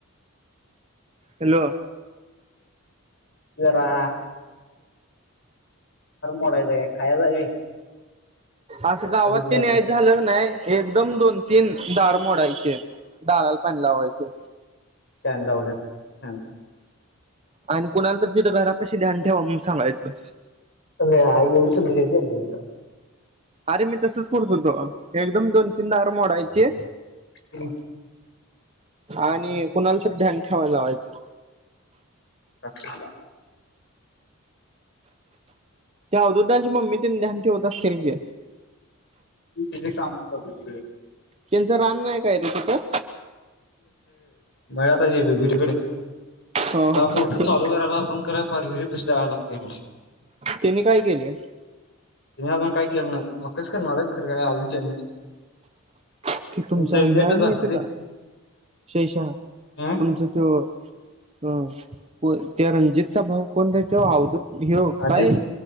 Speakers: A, on the right (about 30°); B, on the left (about 55°).
A: हॅलो
B: रार मडय जा का खा जाय.
A: अस का आवत्
B: लगेच बाहेरला.
A: नाहीय. झालं नाही एकदम दोन तीन दार मोडायचे दाराल पाणी लावायचे.
B: ह ानला आवडत हा.
A: आणि कोणाला तर तिथं घरा पशी ध्यान ठेवाव म्ह सांगायचं
B: एवढी सुद्ध घेते तुमं
A: अरे मी तसच करतो हो तो एकदम दोन तीनदाारम मोडायचे
B: हम्
A: आणि कुणाला तर ध्यान ठेवाय लावायचं
B: अच्छ
A: त्या अधोदची मम्मी ते ्यान ठेवत असतील की
B: ी तथे काम करू तिकडे
A: त्यांचं रान नाहीय काय रे तिथं
B: मळत य तू भिरीकडे
A: हो
B: ह
A: हो
B: मोठ
A: त्यां
B: चालू करायला आपण कराय फार हिरी पशी द्याव लागते मला
A: त्यांनी काय केले
B: तुम् अज काय केलं नाहीय मग कच खणारच खर काय अजून केलं नाही
A: कि तुमचा
B: तुमचं
A: वहाय
B: लेट झालं
A: माहिती आहे का
B: रे.
A: शेशा
B: अं
A: तुमच तो अ को त्या रणजितचा भाऊ कोण र तो अवदूत ह
B: अजित
A: काय